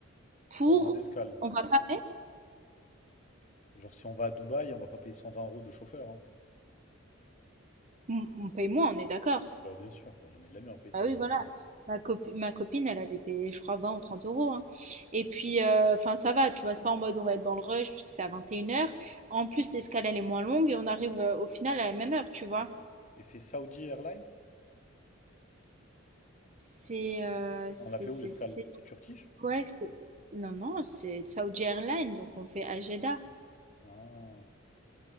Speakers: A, on the right; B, on the left.
A: pour,
B: Pour moins d'escale.
A: on va pas mettre,
B: Genre si on va à Dubaï, on va pas payer 120 euros de chauffeur. hein.
A: on on paye moins, on est d'accord.
B: Bah bien sûr, enfin jamais de la vie on va payer 120
A: Bah oui,
B: euros.
A: voilà. Ma copi- ma copine, elle avait payé, je crois, vingt ou trente euros. hein. Et puis, euh, enfin, ça va, tu vois, c'est pas en mode on va être dans le rush parce que c'est à vingt et une heures. En plus, l'escale, elle est moins longue et on arrive euh, au final à la même heure, tu vois.
B: Et c'est Saudi Airlines?
A: C'est. euh, c'est.
B: On l'a fait
A: c'est-
B: où l'escale?
A: c'est-
B: C'est Turquie,
A: Ouais, c'est. Non, non, c'est Saudi Airlines, donc on fait à Jeddah.
B: Ah.